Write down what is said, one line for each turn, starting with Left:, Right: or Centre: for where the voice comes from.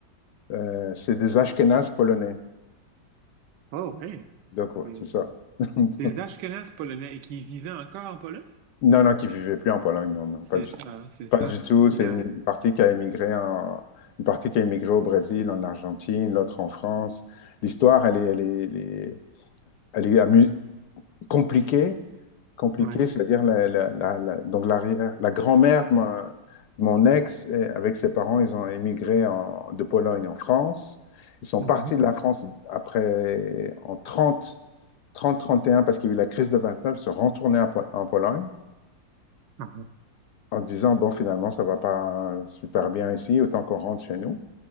Left: euh, c'est des Ashkénazes polonais.
Right: Oh, ouais.
Left: Donc,
Right: C'est
Left: ouais, c'est ça. <laughs>
Right: des Ashkénazes polonais qui vivaient encore en Pologne.
Left: Non, non, qui vivait plus en Pologne, non, non,
Right: C'est
Left: pas du,
Right: ça, c'est ça.
Left: pas du tout. C'est
Right: Il y a...
Left: une partie qui a émigré en- une partie qui a émigré au Brésil, en Argentine, l'autre en France. L'histoire, elle est, elle est, elle est, elle est amu- compliquée, compliquée,
Right: Ouais.
Left: c'est-à-dire la, la- la- la- donc l'arrière, la grand-mère de mon, de mon ex, eh, avec ses parents, ils ont émigré en- de Pologne en France. Ils sont
Right: Mhm.
Left: partis de la France après, en trente, trente, trente et un, parce qu'il y a eu la crise de 29, ils sont retournés en Po- en Pologne.
Right: Ah,
Left: en disant, bon, finalement, ça ne va pas super bien ici, autant qu'on rentre chez nous.